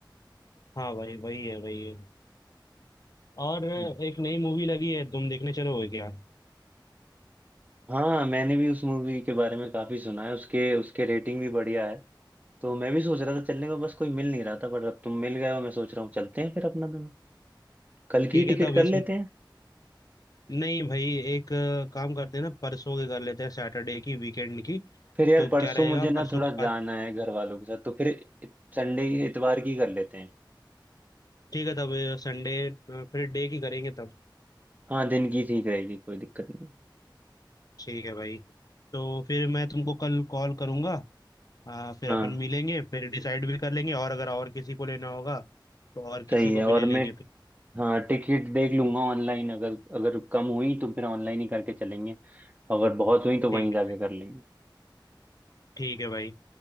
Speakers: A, on the left (about 50°); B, on the right (about 20°).
A: हाँ भाई वही है वही है और
B: हम्म।
A: एक नई मूवी लगी है तुम देखने चलोगे क्या
B: हाँ मैंने भी उस मूवी के बारे में काफी सुना है उसके उसके रेटिंग भी बढ़िया है तो मैं भी सोच रहा था चलने को बस कोई मिल नहीं रहा था पर अब तुम मिल गए हो मैं सोच रहा हूँ चलते हैं फिर अपना दोनों कल
A: ठीक
B: की
A: है
B: टिकट
A: तब
B: कर
A: इस
B: लेते हैं
A: नहीं भाई एक अ, काम करते हैं ना परसों के कर लेते हैं सैटरडे की वीकेंड की
B: फिर यार
A: तो
B: परसों
A: क्या रहेगा
B: मुझे
A: परसों
B: ना थोड़ा
A: के
B: जाना
A: बाद
B: है घर वालों के साथ तो फिर संडे इतवार की कर लेते हैं
A: ठीक है तब संडे फिर डे की करेंगे तब
B: हाँ दिन की ठीक रहेगी कोई दिक्कत नहीं
A: ठीक है भाई तो फिर मैं तुमको कल कॉल करूँगा आ, फिर
B: हाँ
A: अपन मिलेंगे फिर डिसाइड भी कर लेंगे और अगर और किसी को लेना होगा तो और किसी
B: सही
A: को
B: है
A: भी
B: और
A: ले
B: मैं
A: लेंगे फिर
B: हाँ टिकट देख लूंगा ऑनलाइन अगर अगर कम हुई तो फिर ऑनलाइन ही करके चलेंगे अगर बहुत हुई तो वहीं
A: ठीक
B: जाके कर लेंगे
A: ठीक है भाई